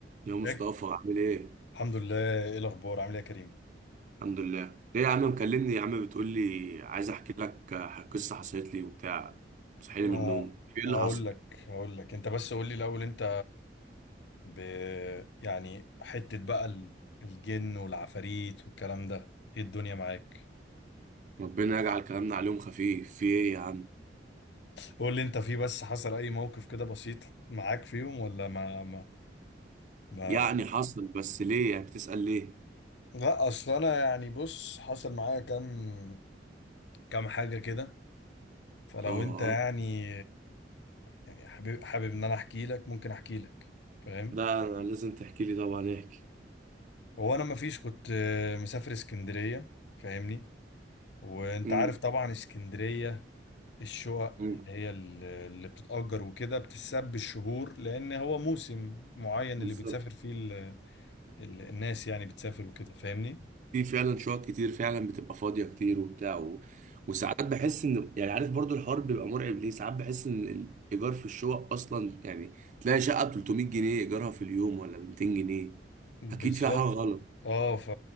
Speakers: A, on the right; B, on the left.
A: يا مصطفى
B: ياك-
A: عامل ايه؟
B: الحمد لله ايه الاخبار عامل ايه يا كريم
A: الحمد لله ايه يا عم مكلمني يا عم بتقول لي عايز احكي لك آه، قصة حصلت لي وبتاع صحيني
B: والله
A: من النوم
B: ه-
A: في ايه
B: هقول
A: اللي حصل؟
B: لك هقول لك انت بس قول لي الاول انت ب... يعني حتة بقى ال- الجن والعفاريت والكلام ده ايه الدنيا معاك
A: ربنا يجعل كلامنا عليهم خفيف في ايه يا عم؟
B: قول لي انت في بس حصل اي موقف كده بسيط معاك فيهم ولا ما ما, ما...
A: يعني حصل بس ليه يعني بتسأل ليه؟
B: لا اصل انا يعني بص حصل معايا كام كام حاجة كده فلو
A: اه
B: انت يعني
A: اه
B: يعني حابب حابب ان انا احكي لك ممكن احكي لك فاهم
A: ده انا لازم تحكي لي طبعا احكي
B: هو انا مفيش كنت آه، مسافر اسكندريه فاهمني وانت
A: امم
B: عارف طبعا اسكندريه الشقق
A: امم
B: اللي هي ال- اللي بتتأجر وكده بتتساب بالشهور لان هو موسم معين
A: بالظبط
B: اللي بتسافر فيه ال ال الناس يعني بتسافر وكده فاهمني
A: في فعلا شقق كتير فعلا بتبقى فاضية كتير وبتاع و... وساعات بحس ان يعني عارف برضو الحوار بيبقى مرعب ليه ساعات بحس ان الايجار في الشقق اصلا يعني تلاقي شقة ب 300 جنيه ايجارها في اليوم ولا ب 200 جنيه
B: بالظبط
A: اكيد فيها حاجة غلط
B: اه ف